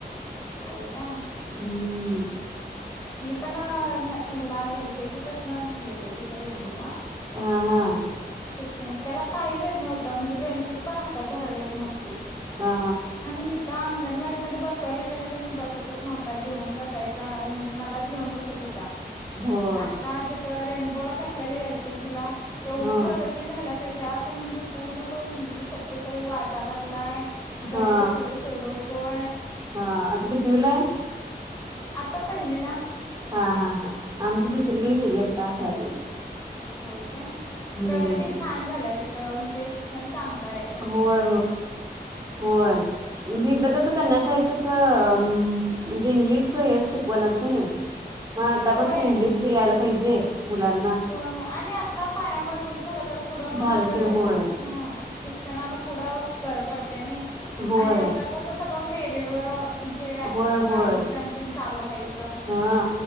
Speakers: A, on the left; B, on the right.
A: होय का
B: हम्म
A: मी पण ह्याला एलकेजी पसन घातलेली तीत रेम्बोला
B: हा हा
A: शिक्षण त्याला काहीच येत नव्हत म्हणजे पेन्सिल पण हात धरायला येत नव्हं
B: हा
A: <unintelligible> अंगणवाडीमदे बसवायला गेलं कनी बसतच नव्हता घेऊन बसायचा म्हण मला घेऊन बसत होता
B: होय
A: आता तित रेनबोला घातलं एल केजी ला एवढी
B: हा
A: प्रगती झाल्या त्याच्यात म्हणजे पूर्ण तो इंग्लिश शब्द सगळी वाच लागलाय गणित
B: हा
A: सगळे सोडवतोय
B: हा आता कितवीला आहे
A: खूप आता पहिलीला
B: हा हा हा आमच्या दुसरीकडे गेली आता ह्यावेळी
A: होय काय
B: हम्म
A: प्रगती छान झाल्या तित म्हणजे शिक्षण चांगलंय रेनबोमदे
B: होय होय तिथं कसं कनशा आहेत कसं म्हणजे इंग्लिश हे शिकवण नाही मग आतापासून
A: होय
B: इंग्लिश ते यायला पाहिजे मुलांना
A: हो आणि आता पाया मजबूत झाला तर पुढं
B: झालं
A: मग ह
B: तर होय
A: शिक्षणाला पुढं बर पडते आणि
B: होय
A: तसं सगळं मेरिड वर ते
B: होय होय
A: ऍडमिशन प चालू आहे इथ
B: हा